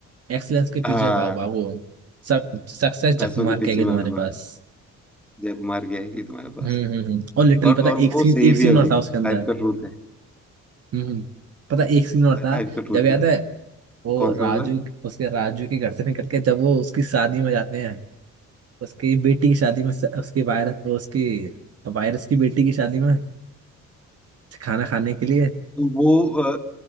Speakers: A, on the right; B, in the centre.
A: एक्सलेंस के पीछे
B: हाँ
A: भाग भागो सक्सेस झक
B: पैसों
A: मार
B: के पीछे
A: के आएगी
B: मत
A: तुम्हारे पास
B: भाग जय कुमार की आएगी तुम्हारे पास
A: हम्म हम्म हम्म और लिटिल
B: और
A: पता
B: और वो
A: एक सीन
B: सही
A: एक सीन
B: भी है भाई
A: और था उसके अंदर
B: लाइफ का ट्रूथ है
A: हम्म हम्म, पता एक सीन और था
B: लाइफ का ट्रूथ
A: जब याद
B: है वो
A: है वो
B: कौन
A: राजू
B: सा वाला
A: उसके राजू के घर से निकल के जब वो उसकी शादी में जाते हैं उसकी बेटी की शादी में उसकी वायरस उसकी वायरस की बेटी की शादी में खाना खाने के लिए
B: वो अ,